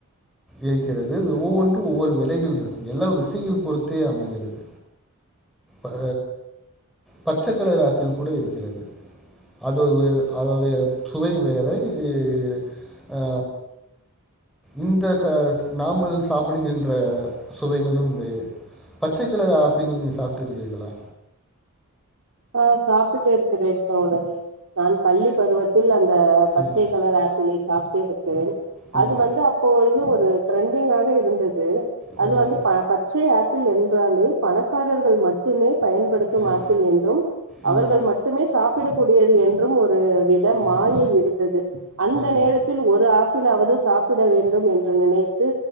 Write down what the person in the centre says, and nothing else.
இருக்கிறது ஒவ்வொன்றும் ஒவ்வொரு விலைகள் இருக்கு எல்லா ருசிகள் பொறுத்தே அமைகிறது அ பச்ச கலர் ஆப்பிள் கூட இருக்கிறது அது அதோடைய சுவை வேற இ அ இந்த க நாமல் சாப்பிடுகின்ற சுவைகளும் வேறு பச்சை கலர் ஆப்பிள் நீங்கள் சாப்பிட்ருக்கிறிர்களா
ம்
ம்
ம்
ம்.
ம்
ம்
ம் ம்